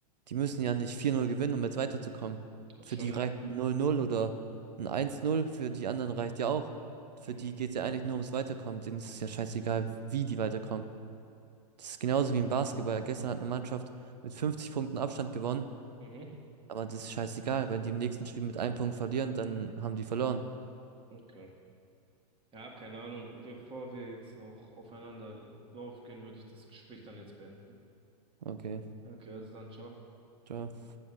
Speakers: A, on the right (about 80°); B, on the right (about 25°).
A: Die müssen ja nicht vier null gewinnen, um jetzt weiterzukommen.
B: ist
A: Für
B: schon.
A: die reicht ein null 0 oder ein eins null. für die anderen reicht ja auch. Für
B: Mhm,
A: die geht's ja eigentlich nur ums Weiterkommen. Denen ist es ja scheißegal, wie die weiterkommen. Das ist genauso wie im Basketball. Gestern hat eine Mannschaft mit 50 Punkten Abstand gewonnen
B: mhm,
A: aber das ist scheißegal, wenn die im nächsten Spiel mit einem Punkt verlieren, dann haben die verloren.
B: okay. Ja, keine Ahnung. Bevor wir jetzt noch aufeinander draufgehen, würde ich das Gespräch dann jetzt beenden.
A: Okay,
B: Okay, also dann, ciao.
A: ciao.